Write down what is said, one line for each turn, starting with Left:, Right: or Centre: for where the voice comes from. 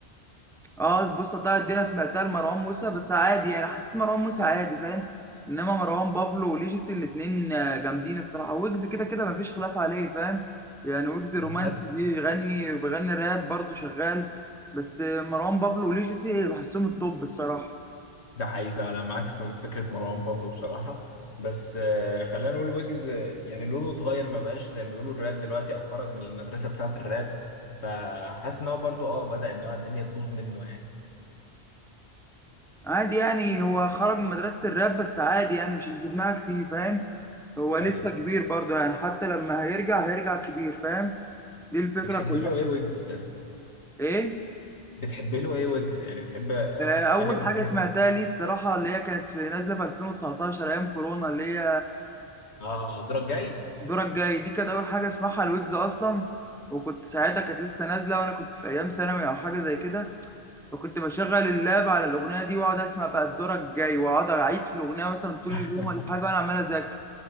Centre: اه بص طلعت دي أنا سمعتها لمروان موسى بس عادي يعني حسيت مروان موسى عادي فاهم إنما مروان بابلو وليجيس الاتنين آه، جامدين الصراحة ويجز كده كده مفيش خلاف عليه فاهم يعني ويجز
Left: بتحس
Centre: رومانسي بيغني وبيغني راب برضه شغال بس آه، مروان بابلو وليجيس بحسهم التوب الصراحة
Left: ده حقيقي فعلا معاك في فكره مروان بابلو بصراحه بس آه، خلينا نقول ويجز آه، يعني لونه اتغير ما بقاش زي ما بيقولوا الراب دلوقتي او خرج من المدرسه بتاعت الراب فحاسس ان هو برضو اه بدأ ان هو الدنيا تبوظ منه يعني
Centre: عادي يعني هو خرج من مدرسة الراب بس عادي يعني مش اللي في دماغك فيه فاهم هو لسه
Left: ايوه
Centre: كبير برضه يعني حتى لما هيرجع هيرجع كبير فاهم دي الفكرة
Left: بتحب
Centre: كلها
Left: له ايه ويجز ده
Centre: ايه
Left: بتحب له ايه ويجز يعني بتحب آه،
Centre: آه، اول
Left: انهي اغنيه
Centre: حاجة سمعتها لي الصراحة اللي هي كانت في نازلة في 2019 ايام كورونا اللي هي
Left: اه دورك جاي
Centre: دورك جاي دي كانت اول حاجة اسمعها الويجز اصلا وكنت ساعتها كانت لسه نازلة وانا كنت في ايام ثانوي او حاجة زي كده فكنت بشغل اللاب على الاغنية دي واقعد اسمع بقى دورك جاي واقعد اعيد في الاغنية مثلا طول
Left: <laughs>
Centre: اليوم ولا حاجة وانا عمال اذاكر